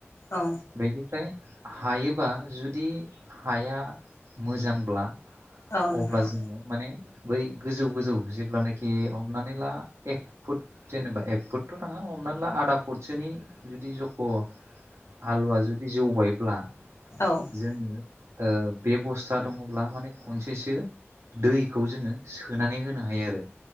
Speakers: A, on the left (about 65°); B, on the right (about 70°).
A: औ
B: बेनिफ्राय हायोबा जुदि हाया मोजांब्ला
A: औ नोंथां
B: अब्ला जोङो माने बै गोजौ गोजौ जेब्लानोाखि हमनानै ला एक फुट जेनेबा एक फुटथ' नाङा हमना ला आधा फुटसोनि जुदि जख' हालुवा जुदि जौबायब्ला
A: औ
B: जोङो बेबस्था दङब्ला माने खनसेसो दैखौ जोङो सोनानै होनो हायो आरो।